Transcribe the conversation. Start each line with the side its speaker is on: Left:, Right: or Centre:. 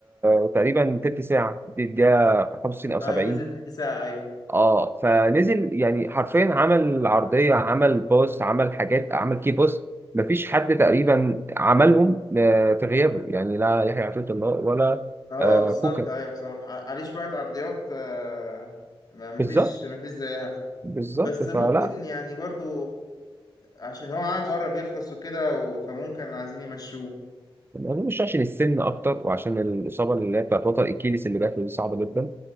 Right: آه، تقريبا تلت ساعة دي الدقيقة 65 أو
Left: ايوه
Right: 70
Left: نزل تلت ساعه ايوه
Right: اه فنزل يعني حرفيا عمل عرضية عمل باص عمل حاجات عمل كي باص مفيش حد تقريبا عملهم آه، في غيابه يعني لا يحيى عطية الله ولا
Left: اه
Right: آه،
Left: بالظبط
Right: كوكا
Left: ايوه بصراحه ع- عليه شويه عرضيات آه، ما مفيش
Right: بالظبط
Left: مفيش زيها
Right: بالظبط
Left: بس
Right: فلا
Left: ممكن يعني برضو عشان هو عقده قرب يخلص وكده و- فممكن عايزين يمشوه
Right: ما اظنش عشان السن اكتر وعشان الاصابه اللي هي بتاعت وتر الاكيليس اللي جات له دي صعبه جدا